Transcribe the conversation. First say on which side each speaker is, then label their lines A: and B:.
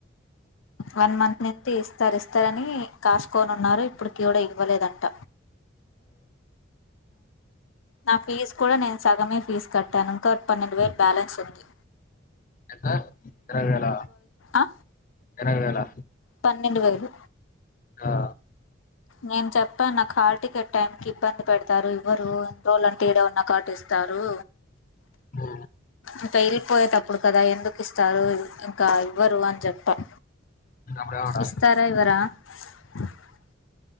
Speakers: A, on the left; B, on the left.
A: వన్ మంత్ నుంచి ఇస్తారు ఇస్తారని కాసుకోనున్నారు ఇప్పుడుకీ కూడా ఇవ్వలేదంట నా ఫీస్ కూడా నేను సగమే ఫీస్ కట్టను ఇంకా పన్నెండు వేరు బాలన్స్ అంది
B: ఎద ఎకరాల
A: ఆ
B: ఎర ఎలా
A: పన్నెండు వేలు
B: హా
A: నేను చెప్పా నాకు హార్టికెట్టై టైమికి ఇబ్బంది పెడతారు ఈవ్వరు ఇన్ రోలాంటే ఇదే ఉన్నా కాబటి ఇస్తారు
B: ఓ
A: ఇంకా వెళ్ళిపోయేటప్పుడు కదా ఎందుకు ఇస్తారు ఇంకా ఇవ్వరు అని చెప్పం
B: అప్పుడు ఏమన్నా
A: ఇస్తారా ఇవరా <unintelligible>